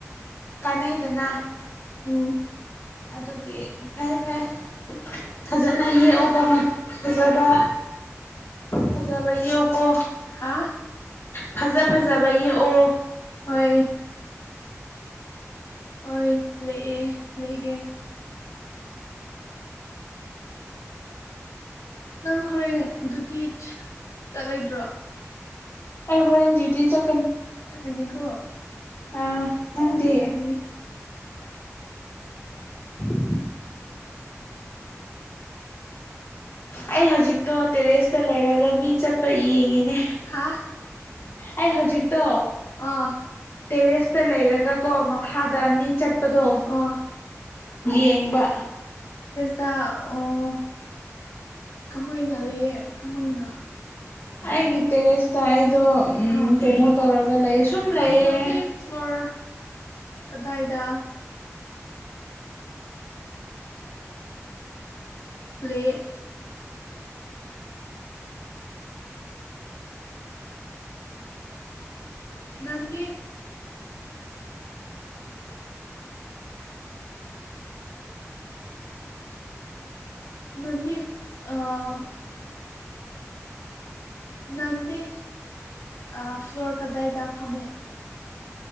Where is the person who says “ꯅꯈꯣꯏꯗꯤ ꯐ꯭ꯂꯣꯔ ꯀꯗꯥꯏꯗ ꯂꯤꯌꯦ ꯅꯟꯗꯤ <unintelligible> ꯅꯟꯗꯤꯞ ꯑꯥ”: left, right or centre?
Left